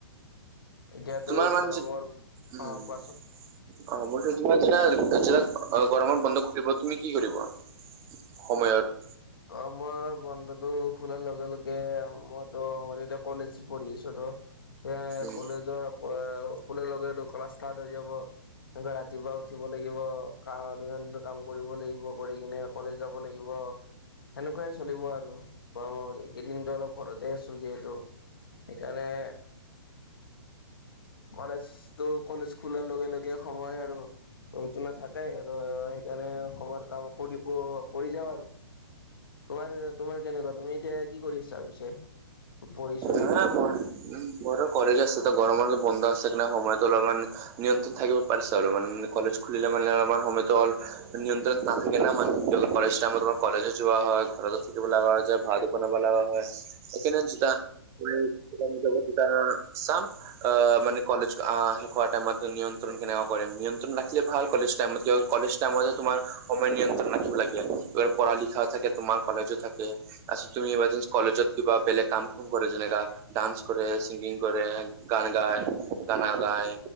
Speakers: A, on the left; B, on the right.
A: এতিয়াতো
B: তোমাৰ মানে
A: গৰমৰ
B: যে-
A: অ'
B: উম
A: কোৱাচোন
B: <unintelligible> গৰমৰ বন্ধ খুলিব, তুমি কি কৰিবা সময়ত।
A: অ, মই বন্ধটো খোলাৰ লগে লগে মইতো এতিয়া কলেজ পঢ়ি আছো তহ এ
B: উম।
A: কলেজৰ স্কুলৰ লগেটো ক্লাছ ষ্টাৰ্ট হৈ যাব। তাৰপাছত ৰাতিপুৱা উঠিব লাগিব। কা দৈনন্দিন কাম কৰিব লাগিব কৰি কিনে আকৌ কলেজ যাব লাগিব। সেনেকুৱাই চলিব আৰু গৰমৰ এইকেইদিনো অলপ ঘৰতে আছো যিহেতু ত সেইকাৰণে কলেজতো কলেজ খোলাৰ লগে লগে সময় আৰু ৰৈতো নাথাকে আৰু সেইকাৰণে সময় কাম কৰি কৰিব যাওঁ আৰু তোমাৰ, তোমাৰ কেনেকুৱা তুমি এতিয়া কি কৰিছা পিছে পঢ়ি-চঢ়ি
B: হা মোৰ উহ, মোৰতো কলেজ আছে। গৰমৰ বন্ধ আছে সময়টো অলপমান নিয়ন্ত্ৰণ থাকিব পাৰিছো আৰু‌ অলপমান কলেজ খুলিলে মানে আমাৰ সময়তো অ নিয়ন্ত্ৰণ নাথাকিলে মানে, কলেজ টাইমত তোমাৰ কলেজো যোৱা হয় ঘৰতো থাকিব লগা হয় যে ভাত বনাব লগা হয়। সেই কাৰণেহে যেতিয়া বুলি দোকান যাব তেতিয়া যাম অ, মানে কলেজ অ, শেষ হোৱাৰ টাইমত। নিয়ন্ত্ৰণ কেনেকুৱা কৰিম, নিয়ন্ত্ৰণ ৰাখিলে ভাল কলেজ টাইমত, কিয় কলেজ টাইম হ'লে তোমাৰ সময় নিয়ন্ত্ৰণ ৰাখিব লাগিব এই পঢ়া-লিখা থাকে। তোমাৰ কলেজো থাকে তাৰপিছত তুমি এই কলেজত কিবা বেলেগ কাম কৰে যেনেকা ডান্স কৰে, ছিংগিং কৰে, গান গায়, গানা গায়